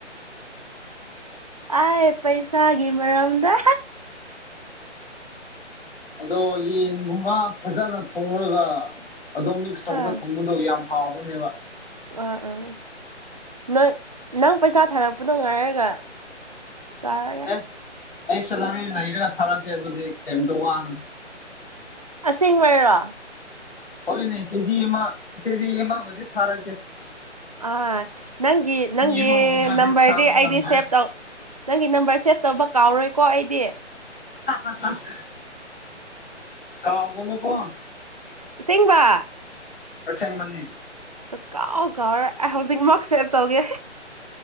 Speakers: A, on the right (about 30°); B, on the left (about 50°).
A: ꯑ ꯄꯩꯁꯥꯒꯤ ꯃꯔꯝꯗ
B: ꯑꯗꯣ ꯌꯦꯟꯒꯨꯝꯕ ꯐꯖꯅ ꯊꯣꯡꯉꯒ ꯑꯗꯨꯝ ꯃꯤꯛꯁ ꯇꯧꯔꯒ
A: ꯑꯥ
B: ꯊꯣꯡꯒꯗꯧ ꯌꯥꯝ ꯍꯥꯎꯕꯅꯦꯕ
A: ꯑꯥ ꯑꯥ ꯅꯣꯏ ꯅꯪ ꯄꯩꯁꯥ ꯊꯥꯔꯛꯄꯗꯣ ꯉꯥꯏꯔꯒ ꯆꯔꯒꯦ
B: ꯑꯦ ꯑꯩ ꯁꯦꯂꯕꯤ ꯂꯩꯔꯒ ꯊꯥꯔꯛꯀꯦ ꯑꯗꯨꯗꯤ ꯀꯩꯝꯇ ꯋꯥꯒꯅꯨ
A: ꯑꯁꯦꯡꯕꯩꯔꯣ
B: ꯍꯣꯏ ꯅ ꯀꯦꯖꯤ ꯑꯃ ꯀꯦꯖꯤ ꯑꯃꯕꯨꯗꯤ ꯊꯥꯔꯛ ꯀꯦ
A: ꯑ ꯅꯪꯒꯤ ꯅꯪꯒꯤ
B: ꯑꯍꯨꯝꯒꯨꯝꯕꯗꯤ
A: ꯅꯝꯕꯔꯗꯤ
B: ꯊꯥꯕ
A: ꯑꯩꯗꯤ
B: ꯉꯝꯗꯦ
A: ꯁꯦꯚ ꯇꯧ ꯅꯪꯒꯤ ꯅꯝꯕꯔ ꯁꯦꯞ ꯇꯧꯕ ꯀꯥꯎꯔꯣꯏꯀꯣ ꯑꯩꯗꯤ
B: ꯑ <unintelligible> ꯀꯕꯅꯨ ꯀ
A: ꯑꯥꯁꯦꯡꯕ
B: ꯑꯁꯦꯡꯕꯅꯦ
A: ꯁꯨ ꯀꯥꯎ ꯀꯥꯎꯔ ꯑꯩ ꯍꯧꯖꯤꯛꯃꯛ ꯁꯦꯞ ꯇꯧꯒꯦ